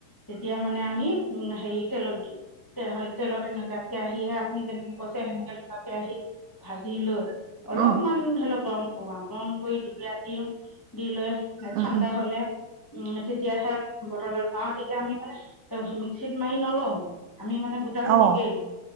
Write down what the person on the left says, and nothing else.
তেতিয়া মানে আমি উম হেৰি তেলত দি <unintelligible> তেলত তেনেকে কেৰাহি আপুনি যেনেকে কৈছে সেনেকে <unintelligible> কেৰাহিত ভাজি লৈ অলপমান
ধৰি লওক <unintelligible> <unintelligible> গৰম কৰি <unintelligible> দি লৈ
ঠাণ্ডা
হলে উম, তেতিয়াহে বতলত <unintelligible> তেতিয়া আমি মানে <unintelligible> মিক্সিত মাৰি নলওঁ। আমি মানে গোটা গুটি
<unintelligible>